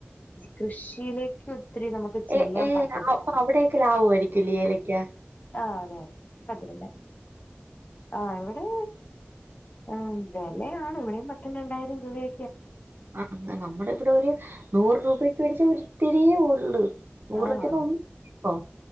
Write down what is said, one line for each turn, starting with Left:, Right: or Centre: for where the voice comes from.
Left: കൃഷിയിലേക്ക് ഒത്തിരി നമുക്ക് ചെയ്യാൻ
Right: എ ഏ
Left: പറ്റത്തില്ല
Right: അ അവിടെക്കെ ലാവുമായിരിക്കുലെ ഏല ക്യാ
Left: ആഹ് അതെൻ അത് പിന്നെ ആ് ഇവിടെ എമ് വെലയാണ് ഇവിടെയും പത്തും രണ്ടായിരം രൂപയൊ
Right: ആ നമ്മുടെ ഇവിടെ ഒരു നൂറ് രൂപക്ക് മേടിച്ച ഒരി ഇത്തിരിയേ ഉള്ളു നൂറൊകെ
Left: ആഹ്
Right: പോം പോ